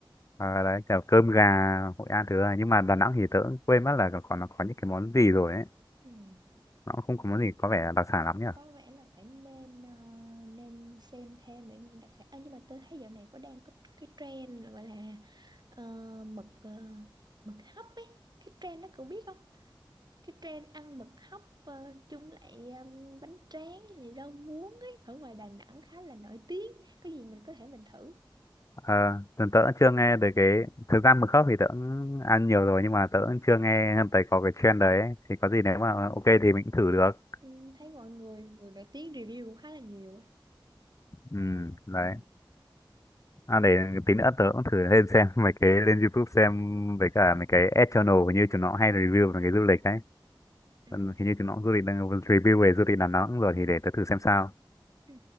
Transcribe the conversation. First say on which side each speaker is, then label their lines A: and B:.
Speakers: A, on the left; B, on the right.
A: Ờ, đấy kiểu cơm gà Hội An thứ này nhưng mà Đà Nẵng thì tớ cũng quên mất là còn nó có những cái món gì rồi ấy
B: ừ.
A: nó cũng không
B: Ừ.
A: có món gì có vẻ đặc sản lắm nhỉ
B: có vẻ là phải nên ờ, nên xem thêm về những đặc sản à, nhưng mà tôi thấy dạo này có đang có cái trend là gọi là ờ, mực ờ, mực hấp ấy cái trend đó cậu biết không cái trend ăn mực hấp ờ, chung lại um, bánh tráng liệu rau muống ấy ở ngoài Đà Nẵng khá là nổi tiếng có gì mình có thể mình thử
A: Ờ, tớ tớ cũng chưa nghe về cái thực ra mực khóc thì tớ cũng ăn nhiều rồi nhưng mà
B: ừ.
A: tớ cũng chưa nghe thấy có cái trend đấy ấy. thì có gì nếu mà ok thì mình cũng thử được
B: Ừ, thấy mọi người người nổi tiếng review cũng khá là nhiều ấy.
A: ừ, đấy
B: Ừ.
A: à, để tí nữa tớ cũng thử lên xem <laughs> mấy cái lên YouTube xem với cả mấy cái ad channel hình như chúng nó hay review về cái du lịch đấy
B: Ừ.
A: Ừ, hình như chúng nó du lịch đang review về du lịch Đà Nẵng rồi thì để tớ thử xem sao
B: Ừ.